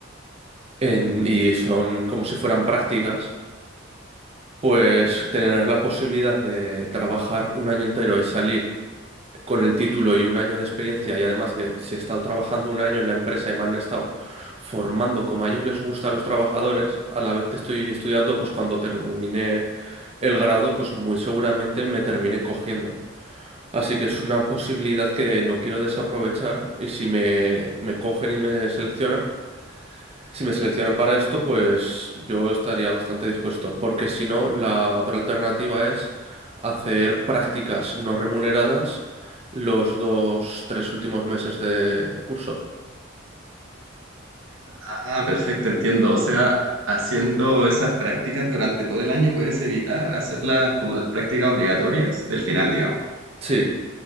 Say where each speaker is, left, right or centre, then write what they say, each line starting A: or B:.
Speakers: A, on the right; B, on the right.
A: en- y son como si fueran prácticas, pues tener la posibilidad de trabajar un año entero y salir. con el título y un año de experiencia y además que si he estado trabajando un año en la empresa y me han estado formando como a ellos les gusta a los trabajadores, a la vez que estoy estudiando, pues cuando termine el grado, pues muy seguramente me terminen cogiendo. Así que es una posibilidad que no quiero desaprovechar y si me, me cogen y me seleccionan, si me seleccionan para esto, pues yo estaría bastante dispuesto, porque si no, la otra alternativa es hacer prácticas no remuneradas los dos, tres últimos meses de curso.
B: Ah, perfecto, entiendo. O sea, haciendo esas prácticas durante todo el año puedes evitar hacerlas como las prácticas obligatorias del final, digamos.
A: Sí,